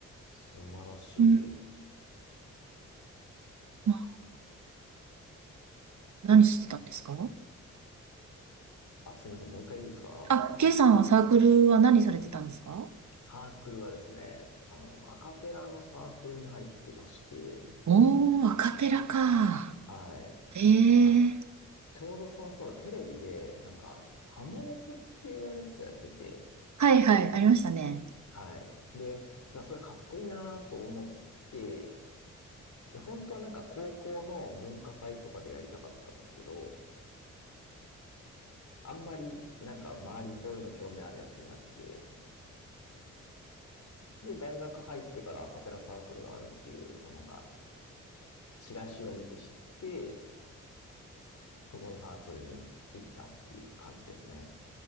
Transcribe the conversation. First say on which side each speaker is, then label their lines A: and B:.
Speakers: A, on the left; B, on the right.
A: 素晴らしい。
B: うん。まあ、何してたんですか
A: あ、すいません、もう一回いいですか
B: あ、ケイさんはサークルは何されてたんですか
A: サークルがですね、あの、アカペラのサークルに入っていまして、
B: おー、アカペラか。
A: はい。
B: ええ
A: あ、ちょうどその頃テレビで、なんか、ハモネプっていうやつをやってて、
B: はいはい、ありましたね。
A: はい。で、まあ、それかっこいいなと思って、で、本当はなんか高校の文化祭とかでやりたかったんですけど、あんまりなんか周りそういうの興味あるやついなくて、で、大学入ってからアカペラサークルがあるっていう、そのなんか、チラシを見て知って、そこのサークルに行ったっていう感じですね。